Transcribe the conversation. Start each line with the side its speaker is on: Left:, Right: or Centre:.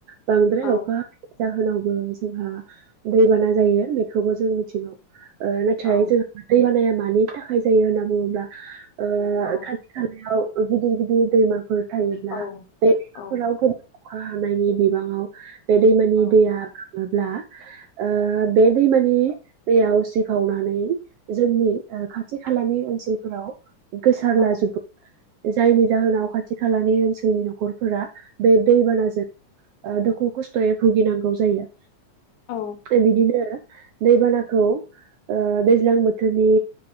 Right: बांद्राय
Left: औ
Right: अखा जाहोनावबो जोंहा दैबाना जायो बेखौबो जों मिथिगौ ओ नाथाय
Left: औ
Right: जोंहा दै बानाया मा मानि थाखाय जायो होनना बुङोब्ला ओ
Left: औ
Right: खाथि खालायाव गिदिर गिदिर दैमाफोर थायोब्ला
Left: औ
Right: बेफोराव
Left: औ
Right: गोबां अखा हानायनि बिबाङाव बे दैमानि
Left: औ
Right: दैया बाङोब्ला ओ बे दैमानि दैया उसिफावनानै जोंनि ओ खाथि खालानि ओनसोलफोराव गोसारलाजोबो
Left: औ
Right: जायनि जाहोनाव खाथि खालानि ओनसोलनि न'खरफोरा बे दैबानाजों ओ दुखु खस्थ'यै भुगिनांगौ जायो।
Left: औ
Right: बिदिनो दैबानाखौ दैज्लां बोथोरनि